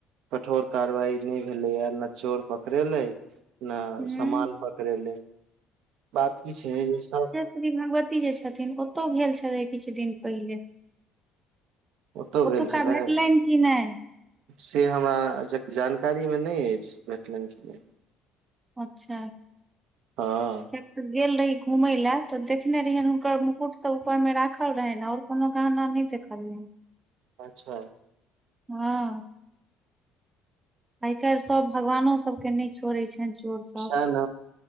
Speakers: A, on the right; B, on the right.
A: कठोर कारवाई नहि भेले य नै चोर पकड़ेले ने
B: हूँ
A: समामान कर ले बात कि छै जेस
B: श्री भगवती जे छथिन ओतौ भेल छलै किछु दिन पहिले।
A: ओतौ भेल
B: ओतुका
A: छलै
B: भेटलनि कि नहि
A: से हमरा जानकारी मे नहि अछि भेटलनि क
B: अच्छा कियाकि
A: हँ
B: तऽ गेल रही घुमय ला तऽ देख देखने रहियै हुनकर मुकुट सभ ऊपर मे राखल रहनि और कोनो गहना नहि देखल रहै।
A: अच्छा।
B: हँ। आइ काल्हि सभ भगवानो सभके नहि छोड़ैत छनि चोर सभ
A: सएह